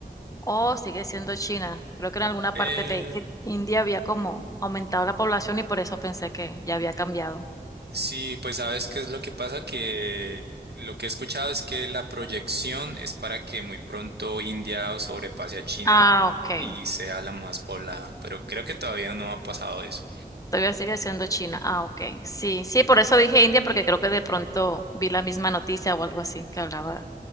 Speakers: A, on the left (about 20°); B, on the right (about 80°).
A: Oh, sigue siendo China. Creo que en alguna
B: Eh,
A: parte de India había como aumentado la población y por eso pensé que ya había cambiado.
B: sí, pues sabes qué es lo que pasa, que lo que he escuchado es que la proyección es para que muy pronto India sobrepase a China
A: Ah, ok.
B: y sea la más poblada, pero creo que todavía no ha pasado eso.
A: Todavía sigue siendo China. Ah, ok. Sí, sí, por eso dije India, porque creo que de pronto vi la misma noticia o algo así que hablaba